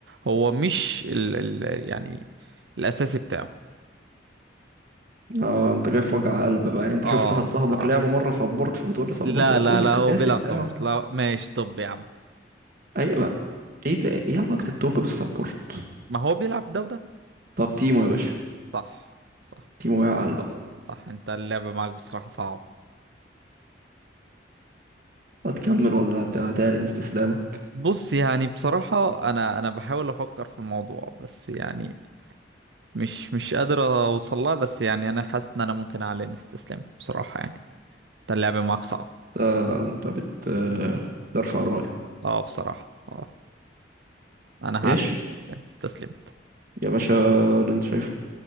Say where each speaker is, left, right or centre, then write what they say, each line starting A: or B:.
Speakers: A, on the right; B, on the right.
A: هو مش ال ال يعني الاساسي بتاعه
B: اه انت جاي في وجع قلب بقى يعني انت
A: اه
B: شفت واحد صاحبك
A: بصراحه
B: لعبه مره سبورت فبتقول لي سبورت
A: لا
B: لا قول
A: لا
B: لي
A: لا
B: الاساسي
A: هو بيلعب
B: بتاعه
A: صبرت لا ماشي طب يا عم
B: ايوه ايه ده ايه علاقه التوب بالسبورت
A: ما هو بيلعب ده وده
B: طب تيمو يا باشا
A: صح صح
B: تيمو يا عال بقى
A: صح انت اللعبة معاك بصراحة صعبة
B: هتكمل ولا هت- هتعلن استسلامك
A: بص يعني بصراحة انا انا بحاول افكر في الموضوع بس يعني مش مش قادر اوصلها بس يعني انا حاسس ان انا ممكن اعلن استسلام بصراحة يعني انت اللعبة معاك صعب
B: انت انت بت ترفع الرايه
A: اه بصراحة اه انا
B: ايش
A: هعلن استسلام استسلم
B: يا باشا اللي انت شايفه